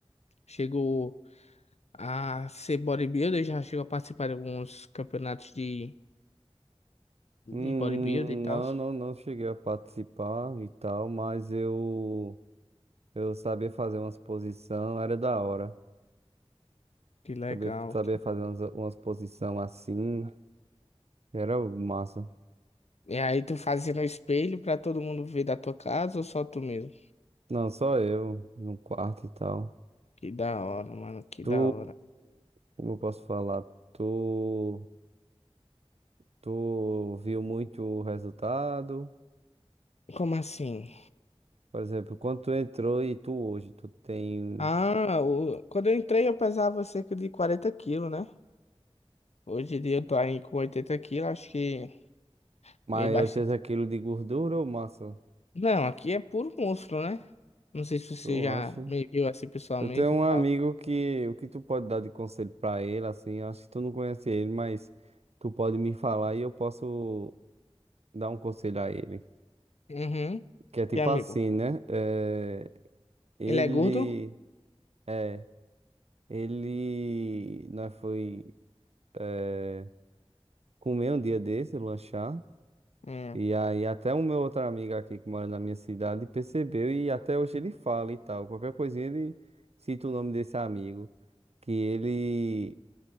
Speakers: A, on the left; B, on the right.
A: chegou a ser bodybuilder, já chegou a participar de alguns campeonatos de, de
B: Hum,
A: bodybuilder e tal.
B: não, não, não cheguei a participar e tal, mas eu eu sabia fazer umas posição, era da hora.
A: Que legal.
B: Sabia, sabia fazer umas, umas posição assim, era massa.
A: E aí tu fazia no espelho pra todo mundo ver da tua casa ou só tu mesmo?
B: Não, só eu, no quarto e tal.
A: Que da hora, mano, que
B: Tu,
A: da hora.
B: como eu posso falar? Tu, tu viu muito o resultado?
A: Como assim?
B: Por exemplo, quando tu entrou e tu hoje, tu tem
A: Ah, o- quando eu entrei eu pesava cerca de 40 quilos, né? Hoje em dia eu tô aí com 80 quilos, acho que
B: maior
A: dei bastante.
B: 80 quilos de gordura ou massa?
A: Não, aqui é puro músculo, né? Não sei se você
B: Tu
A: já
B: acha?
A: me viu assim pessoalmente
B: Eu tenho um
A: e tal.
B: amigo que o que tu pode dar de conselho pra ele, assim, eu acho que tu não conhece ele, mas tu pode me falar e eu posso dar um conselho a ele.
A: Uhum.
B: Que é tipo
A: E amigo,
B: assim, né? É, ele,
A: ele é gordo?
B: é, ele, nós foi é, comer um dia desse, lanchar,
A: Hum.
B: e aí até o meu outro amigo aqui que mora na minha cidade percebeu e até hoje ele fala e tal. Qualquer coisinha ele cita o nome desse amigo que ele